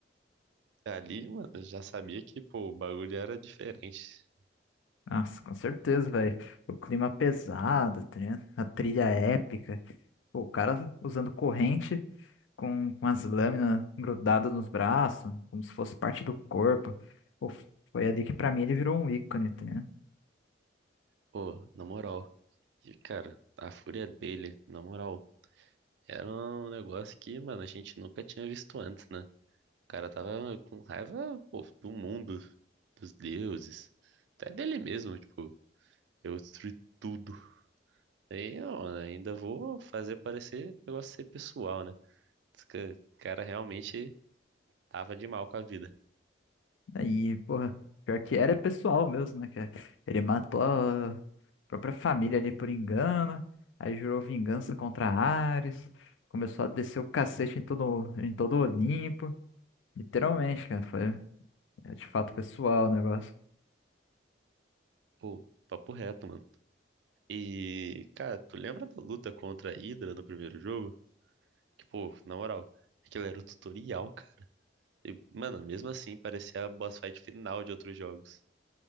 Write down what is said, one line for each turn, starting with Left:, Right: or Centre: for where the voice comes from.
Right: Ali, mano, eu já sabia que, pô, o bagulho era diferente.
Left: Nossa, com certeza, velho. O clima pesado, tá ligado? a trilha épica. Pô, o cara usando corrente com, com as lâminas grudadas nos braços, como se fosse parte do corpo. Pô, foi ali que pra mim ele virou um ícone, tá ligado?
Right: Pô, na moral. E, cara, a fúria dele, na moral, era um negócio que, mano, a gente nunca tinha visto antes, né? O cara tava com raiva, pô, do mundo, dos deuses, até dele mesmo, tipo, eu destruí tudo. Aí, ó, mano, ainda vou fazer parecer negócio ser pessoal, né? Esse ca- cara realmente tava de mal com a vida.
Left: Aí, porra, pior que era pessoal mesmo, né? Que ele matou a própria família ali por engano, aí jurou vingança contra Ares, começou a descer o cacete em todo, em todo Olimpo. Literalmente, cara, foi é, de fato pessoal o negócio.
Right: Pô, papo reto, mano. E, cara, tu lembra da luta contra a Hydra no primeiro jogo? Que, pô, na moral, aquilo era o tutorial, E, mano, mesmo assim, parecia a boss fight final de outros jogos.